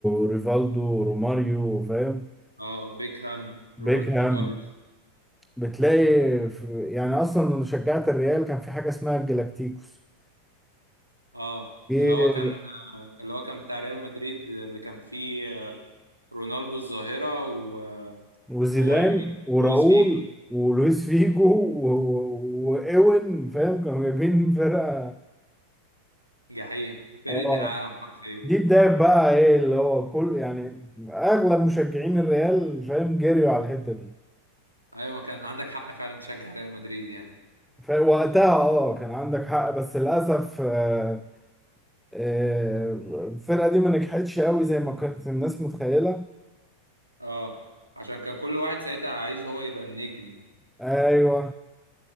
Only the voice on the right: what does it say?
اه بيكهام
روبرتو كارلوس
اه
اللي هو كان اللي هو كان بتاع ريال مدريد اللي كان فيه آه، رونالدو الظاهرة و
و ايه؟
لويس بيجو
جحيم فرقة
العالم حرفيا
ايوه ما كان عندك حق فعلا تشجع ريال مدريد يعني
اه عشان كان كل واحد ساعتها عايز هو يبقى النجم